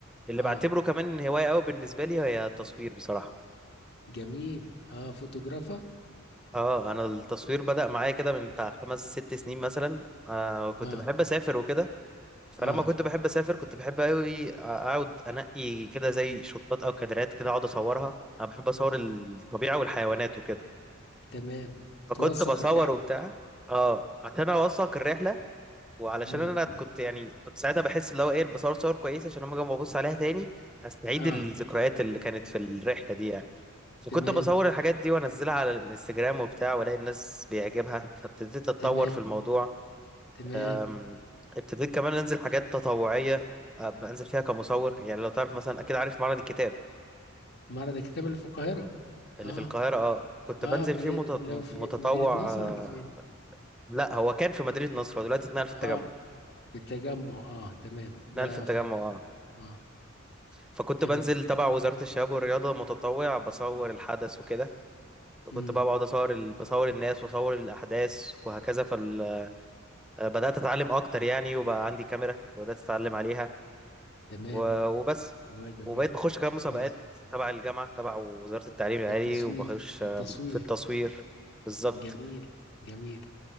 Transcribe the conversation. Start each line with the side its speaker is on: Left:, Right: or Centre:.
Centre: اللي
Left: اه
Centre: بعتبره كمان هواية قوي بالنسبة لي هي التصوير بصراحة
Left: جميل اه فوتوغرافر
Centre: اه انا التصوير بدأ معايا كده من بتاع خمس ست سنين مثلا آه كنت
Left: اه
Centre: بحب اسافر وكده فلما
Left: اه
Centre: كنت بحب اسافر كنت بحب قوي اقعد انقي كده زي شطات او كادرات كده اقعد اصورها انا بحب
Left: جميل
Centre: اصور الطبيعة والحيوانات وكده
Left: تمام
Centre: فكنت
Left: توثق
Centre: بصور
Left: الرحلة
Centre: وبتاع اه عشان اوثق الرحلة وعلشان
Left: امم
Centre: انا كنت يعني كنت ساعتها بحس اللي هو ايه بصور صور كويسة عشان لما اجي أما ابص عليها تاني استعيد
Left: اه
Centre: الذكريات اللي كانت في الرحلة دي يعني.
Left: تمام
Centre: كنت بصور الحاجات دي وانزلها على الانستجرام وبتاع والاقي الناس بيعجبها فابتديت اتطور
Left: تمام
Centre: في الموضوع
Left: تمام
Centre: أم، ابتديت كمان انزل حاجات تطوعية أه، بنزل فيها كمصور يعني لو تعرف مثلا اكيد عارف معرض الكتاب
Left: معرض الكتاب اللي في القاهرة
Centre: اللي
Left: اه
Centre: في القاهرة اه كنت
Left: اه
Centre: بنزل
Left: في
Centre: فيه
Left: مدينة
Centre: مت-
Left: لو في
Centre: متطوع
Left: في مدينة نصر
Centre: آه،
Left: ولا فين
Centre: لا هو كان في مدينة نصر هو دلوقتي اتنقل في التجمع
Left: اه في التجمع اه تمام ده
Centre: اتنقل في التجمع
Left: فعلا
Centre: اه
Left: اه
Centre: فكنت
Left: تمام
Centre: بنزل تبع وزارة الشباب والرياضة متطوع بصور الحدث وكده فكنت
Left: امم
Centre: بقى بقعد اصور ال... بصور الناس واصور الاحداث وهكذا فال... آه، بدأت أتعلم أكتر يعني وبقى عندي كاميرا فبدأت أتعلم عليها
Left: تمام
Centre: و- وبس
Left: هواية جميلة
Centre: وبقيت بخش كمان مسابقات
Left: كويس
Centre: تبع الجامعة تبع وزارة التعليم
Left: في
Centre: العالي
Left: التصوير
Centre: وبخش
Left: في
Centre: آه،
Left: التصوير
Centre: في التصوير بالظبط
Left: جميل جميل